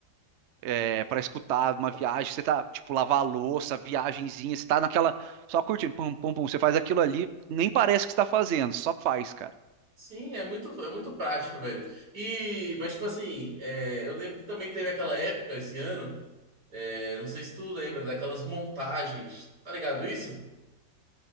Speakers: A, on the right; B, on the right.
A: É, para escutar uma viagem, você tá, tipo, lavar a louça, viagenzinha, você tá naquela. Só curtindo, pum, pum, pum. Você faz aquilo ali, nem parece que você tá fazendo, só faz, cara.
B: Sim, é muito, é muito prático, velho. E, mas, tipo assim, é, eu lembro que também teve aquela época, esse ano. É, não sei se tu lembra daquelas montagens, tá ligado isso?